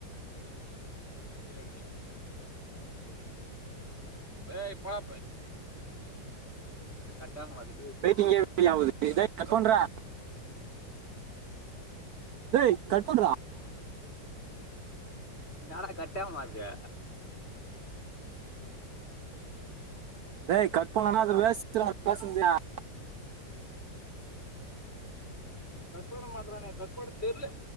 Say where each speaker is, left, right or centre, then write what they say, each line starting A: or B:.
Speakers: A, on the left; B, on the right.
A: இல்லகடை. டேய் போடா பேய். கட்டா மாரி
B: வெயிடிங்கே <inaudible> ஆவுது டே கட்பண்றா டேய் கட் பண்றா
A: னாடா கட் ஆவமாட்தே
B: டேய் கட் பண்லனா அது வேஸ்டுடா பேசன்னுது
A: கட் பண்ண மாற்றானே கட் பண்ண தெர்ல